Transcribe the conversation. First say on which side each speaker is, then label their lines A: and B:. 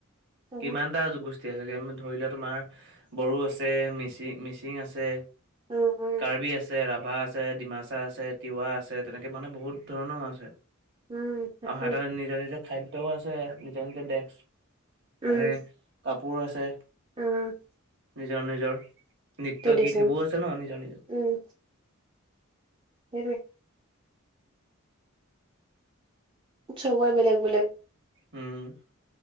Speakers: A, on the right; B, on the right.
A: হ'ব
B: কিমানটা গোষ্ঠ গোষ্ঠী আছে, ধৰি লোৱা, তোমাৰ বড়ো আছে, মিচিং- মিচিং আছে
A: উম উম
B: কাৰ্বি আছে, ৰাভা আছে, ডিমাচা আছে, তিৱা আছে, তেনেকে মানে বহুত ধৰণও আছে।
A: উম আছে
B: আৰু সিহতঁৰ নিজৰ- নিজৰ খাদ্যও আছে, নিজৰ- নিজৰ দেচ
A: উম
B: মানে কাপোৰ আছে।
A: উম
B: নিজৰ- নিজৰ নৃত্যৰ,
A: ট্ৰেডিচন
B: গীত সেইবোৰ আছে ন। নিজৰ নিজৰ।
A: উম। সেইটোৱেই। চবৰে বেলেগ বেলেগ।
B: উম।